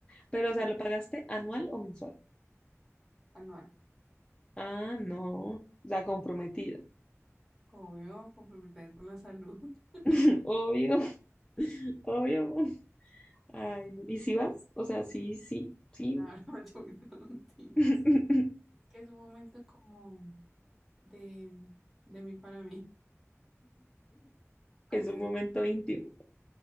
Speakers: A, on the left; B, in the centre.
A: Pero, o sea,
B: eh,
A: ¿lo pagaste anual o mensual?
B: anual.
A: Ah, no. La comprometida.
B: Obvio, complementar con la salud. <laughs>
A: <laughs> Obvio, <laughs> obvio. Ay, no. ¿Y si vas? O sea, sí, sí, sí.
B: Claro, yo voy todos los días.
A: <laughs>
B: Es que es un momento como de, de mí para mí. Así
A: Es un
B: es.
A: momento íntimo.